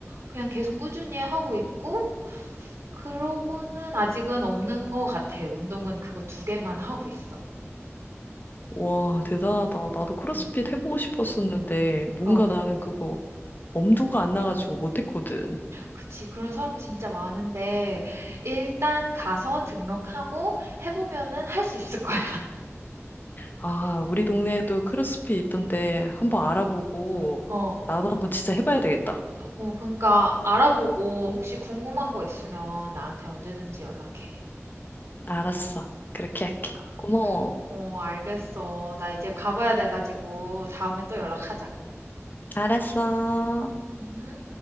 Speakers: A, on the right; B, on the left.
A: 그냥 계속 꾸준히 하고 있고 그러고는 아직은 없는 것 같아. 운동은 그거 두 개만 하고 있어.
B: 와, 대단하다. 나도 크로스핏
A: 음.
B: 해보고 싶었었는데, 뭔가
A: 어,
B: 나는 그거 엄두가 안 나가지고 못했거든.
A: 그치. 그런 사람 진짜 많은데, 일단 가서 등록하고 해보면은 할 수 있을 거야.
B: 아, 우리 동네에도 크로스핏 있던데 한번
A: 어,
B: 알아보고
A: <laughs> 어,
B: 나도 한번 진짜 해봐야 되겠다.
A: 어, 그러니까 알아보고 혹시 궁금한 거 있으면 나한테 언제든지 연락해.
B: 알았어. 그렇게
A: 그러니까.
B: 할게. 고마워.
A: 어, 알겠어. 나 이제 가봐야 돼가지고 다음에 또 연락하자.
B: 알았어.
A: 음.